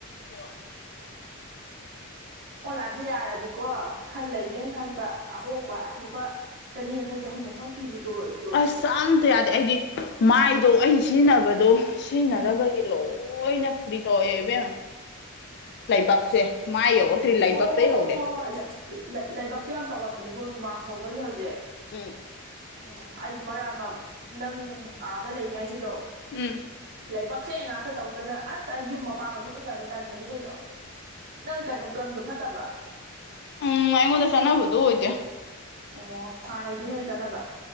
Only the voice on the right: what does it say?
ꯑꯣꯟꯂꯥꯏꯟꯁꯦ ꯌꯥꯔꯗꯤꯀꯣ ꯈꯔ ꯂꯩꯒꯦꯅ ꯈꯟꯕ ꯑꯍꯣꯡꯕ ꯂꯨꯄꯥ ꯆꯅꯤ ꯌꯥꯡꯈꯩ ꯆꯍꯨꯝꯃꯨꯛꯇꯪ ꯄꯤꯕꯗꯨ ꯑꫭꯏꯔ
ꯎꯝ
ꯑꯁ
ꯍꯣꯏ ꯍꯣꯏ ꯍꯣꯏ ꯍꯣꯏ
ꯍꯣꯏ ꯂꯩ ꯂ ꯂ ꯂꯥꯏꯕꯛꯇꯣ ꯌꯥꯝ ꯇꯧꯒꯟꯕꯅꯤꯀꯣ ꯍꯨꯃꯥꯡ ꯁꯧꯕꯒꯤ ꯍꯧꯖꯤꯛ꯫
ꯎꯝ ꯑꯩꯖꯨ ꯃꯔꯥꯛ ꯑꯃ ꯅꯪ ꯑꯥꯗ ꯂꯩꯉꯩꯒꯤꯗꯣ꯫
ꯂꯥꯏꯕꯛꯁꯦ ꯉꯥꯛꯇ ꯇꯧꯗꯅ ꯑꯁ ꯑꯩ ꯌꯨꯝ ꯃꯄꯥꯟꯒ ꯊꯣꯛꯅꯤꯡꯗꯝꯅꯦ ꯇꯟꯕꯅꯤ ꯀꯩꯅꯣ꯫ ꯅꯪ ꯀꯩꯅꯣ ꯄ꯭ꯂꯝꯗꯣ ꯐꯠꯇꯕ꯭ꯔꫭ꯫
ꯑꯣ ꯍꯥꯟꯅꯩꯗꯨꯅ ꯍꯦꯟꯅ ꯆꯥꯟꯅꯕ